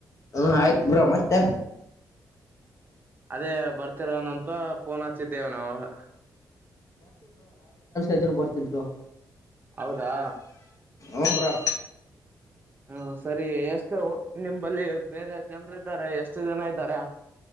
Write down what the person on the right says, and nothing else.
ಅದೇ ಬರ್ತೀರೆನಂತ ಫೋನ್ ಹಚ್ಚಿದ್ದೇವೆ ನಾವು ಅವಾಗ
ಹೌದಾ
ಹ ಸರಿ ಎಷ್ಟ ಹೂ ನಿಂಬಲ್ಲಿ ಬೇರೆ ಜನ್ರು ಇದ್ದಾರೆ ಎಷ್ಟು ಜನ ಇದ್ದಾರೆ